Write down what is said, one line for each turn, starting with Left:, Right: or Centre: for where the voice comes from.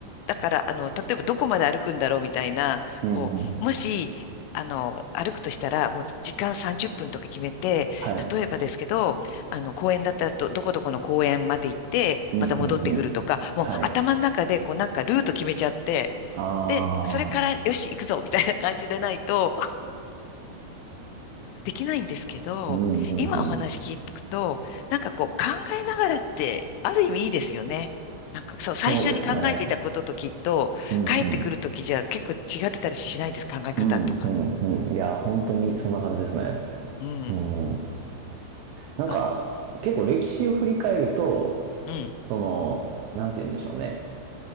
Left: だから、あの、例えばどこまで歩くんだろうみたいな、
Right: うん、
Left: こう、
Right: うん。
Left: もし、あの、歩くとしたら、もう時間30分とか決めて、
Right: はい。
Left: 例えばですけど、あの、公園だったらど、どこどこの公園まで行って、
Right: うん、
Left: また戻ってくるとか、
Right: うん、うん。
Left: もう頭の中で、
Right: はい。
Left: こう、なんかルート決めちゃって、
Right: ああ、
Left: で、それから、よし、行くぞみたいな感じでないと、できないんですけど、
Right: うん、うん、
Left: 今お話聞くと、
Right: うん。
Left: なんかこう考えながらってある意味いいですよね。なんかそう、最初に考えていたことときっと、
Right: そうですね。うん、
Left: 帰ってくるときじゃ結構違ってたりしないです、
Right: うん。
Left: 考え方とか。
Right: うん、うん、うん。いや、本当にそんな感じですね。
Left: うん。
Right: うん。なんか、
Left: あ、
Right: 結構歴史を振り返ると、
Left: うん。
Right: その、なんて言うんでしょうね。